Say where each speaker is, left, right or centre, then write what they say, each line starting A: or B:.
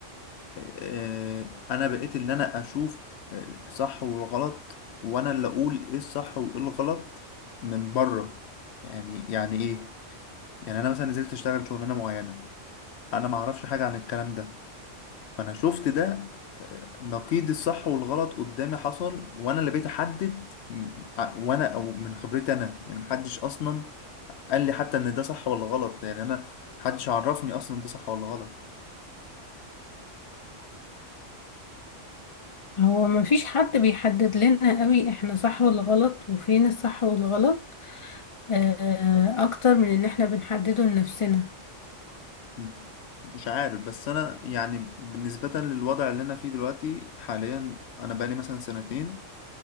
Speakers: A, on the left; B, on the left.
A: آه انا بقيت اللي انا اشوف آه، صح والغلط وانا اللي اقول ايه الصح وايه الغلط من بره يعني يعني ايه يعني انا مثلا نزلت اشتغل شغلانة معينة انا ما اعرفش حاجة عن الكلام ده فانا شفت ده آه، نقيض الصح والغلط قدامي حصل وانا اللي بقيت احدد م- ع- وانا او من خبرتي انا يعني محدش اصلا قال لي حتى ان ده صح ولا غلط يعني انا محدش عرفني اصلا ده صح ولا غلط
B: هو مفيش حد بيحدد لنا قوي احنا صح ولا غلط وفين الصح والغلط آه، أكتر من إن احنا بنحدده لنفسنا
A: مم. مش عارف بس انا يعني بالنسبة للوضع اللي انا فيه دلوقتي حاليا انا بقالي مثلا سنتين